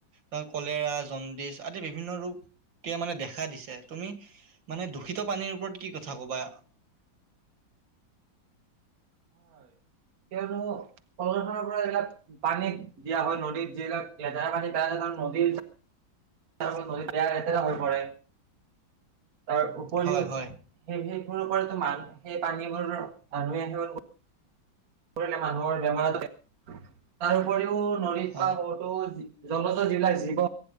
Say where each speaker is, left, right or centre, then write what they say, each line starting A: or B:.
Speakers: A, on the right; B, on the right.
A: বা কলেৰা জণ্ডিচ আদি বিভিন্ন ৰোগে মানে দেখা দিছে তুমি মানে দূষিত পানীৰ ওপৰত কি কথা ক'বা?
B: হয় কিয়নো প্ৰদুৰ্ক্ষণৰ ফলত ইবিলাক পানীত দিয়া হয় নদীত যিবিলাক লেতেৰা পানী বই যায় কাৰন নদী তাৰ ফলত নদী বেয়া লেতেৰা হৈ পৰে তাৰ উপৰিও
A: হয় হয়
B: সেই সেৱৰৰ পৰাই তো মান সেই পানীবোৰ গা ধোৱে সেৱন কৰি লে মানুহৰ বেমাৰ হয়। তাৰ উপৰিও নদীৰ
A: হয়
B: পৰা বহু তো জলৰ যিবিলাক জীৱ